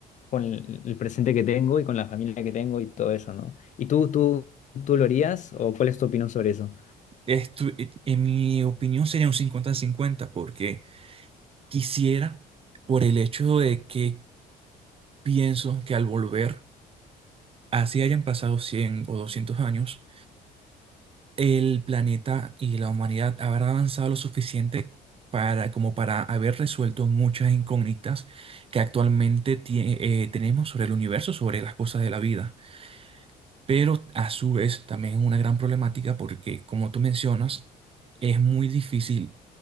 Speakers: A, on the left; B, on the right.
A: con el el presente que tengo y con la familia que tengo y todo eso, ¿no? ¿Y tú, tú, tú lo harías o cuál es tu opinión sobre eso?
B: Esto, eh, en mi opinión, sería un cincuenta-cincuenta porque quisiera, por el hecho de que pienso que al volver, así hayan pasado 100 o 200 años, el planeta y la humanidad habrá avanzado lo suficiente para, como para haber resuelto muchas incógnitas que actualmente tie- eh, tenemos sobre el universo, sobre las cosas de la vida. Pero a su vez también es una gran problemática porque, como tú mencionas, es muy difícil